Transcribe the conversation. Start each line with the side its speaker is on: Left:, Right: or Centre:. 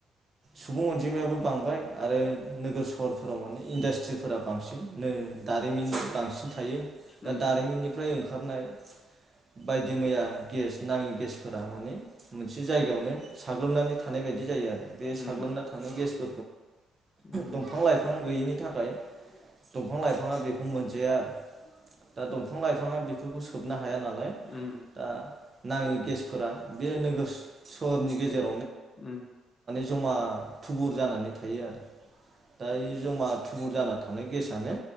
Right: सुबुं अनजिमायाबो बांबाय आरो नोगोर स हरफोराव माने इन्डासट्रिफोरा बांसिन नो दारिमिन बांसिन थायो
Left: उम
Right: दा
Left: उम
Right: दारिमिननिफ्राय ओंख खारनाय बायदि मैया गेस नाङि गेसफ फोरा माने मोनसे जायगायावनो साग्लोबनानै थानाय बायदि जायो आरो बे
Left: उम
Right: साग्लोबना थानाय गेस <inaudible>
Left: उम
Right: दंफां लाइफां गैयिनि नि थाखाय दंफां लाय नोंथाङा बेखौ मोनजाया आरो दा दंफां लाइफाङा बेफोरखौ सोबनो हायो हाया नालाय
Left: उम
Right: दा नाङि गेसफोरा बे नोगोर सहरनि गेजेराव
Left: ओम
Right: जमा थुबुर जानानै आरो दायो जमा थुबुर जाना थानायानो गेसनो